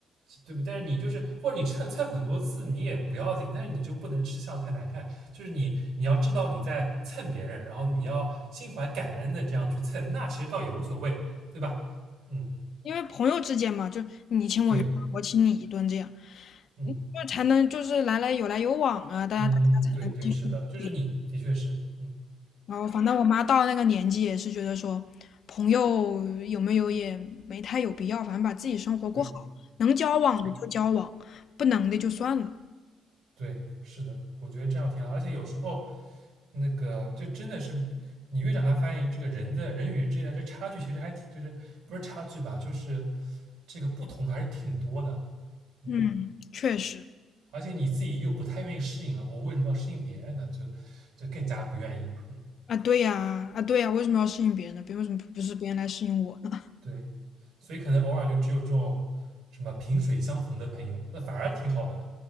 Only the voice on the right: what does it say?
对不对？但是你就是或者你蹭蹭很多次你也不要紧，但是你就不能吃相太难看。就是你你要知道你在蹭别人，然后你要心怀感恩的这样去蹭，那其实倒也无所谓，对吧？嗯，
对，
嗯
嗯，对对，是的，就是你的确是，嗯，
对，
是的，
对，是的，我觉得这样挺好。而且有时候那个就真的是你越长大，发现这个人的人与人之间的这差距其实还挺，就是不是差距吧，就是这个不同还是挺多的。嗯，
而且你自己又不太愿意适应了，我为什么要适应别人呢？就就更加不愿意。嗯，
对，所以可能偶尔就只有这种什么萍水相逢的朋友，那反而挺好的。